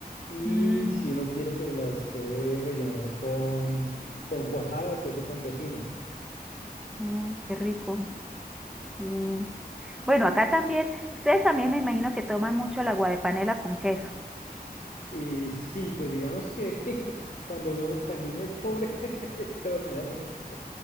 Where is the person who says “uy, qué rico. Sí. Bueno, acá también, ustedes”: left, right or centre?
Centre